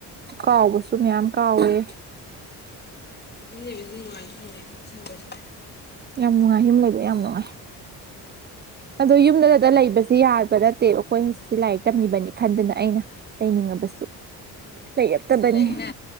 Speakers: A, on the right; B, on the left.
A: ꯀꯥꯎꯕꯁꯨ ꯃꯌꯥꯝ ꯀ ꯑꯣꯏꯋꯦ
B: ꯌꯨꯝ ꯂꯩꯕꯁꯤ ꯅꯨꯡꯉꯥꯏꯁꯨ ꯅꯨꯡꯉꯥꯏꯀꯣ ꯑꯁꯦꯡꯕꯩꯁꯨ
A: ꯌꯥꯝ ꯅꯨꯡꯉꯥꯏ ꯌꯨꯝ ꯂꯩꯕ ꯌꯥꯝ ꯅꯨꯡꯉꯥꯏ ꯑꯗꯣ ꯌꯨꯝꯗ ꯂꯩꯕꯁꯦ ꯌꯥꯕ ꯅꯠꯇꯦꯕ ꯑꯩꯈꯣꯏ ꯍꯧꯖꯤꯛꯁꯦ ꯂꯥꯏꯔꯤꯛ ꯇꯝꯃꯤꯕꯅꯤ ꯈꯟꯗꯅ ꯑꯩꯅ ꯂꯩꯅꯤꯡꯉꯕꯁꯨ ꯂꯩꯔꯛꯇꯕꯅꯤ
B: ꯂꯥꯏꯔꯤꯛꯅ